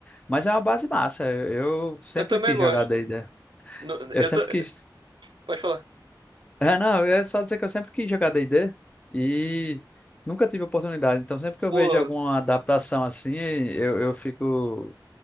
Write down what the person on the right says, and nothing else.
Eu também
gosto.
No-
Eu
ta-
Pode falar.
Pô,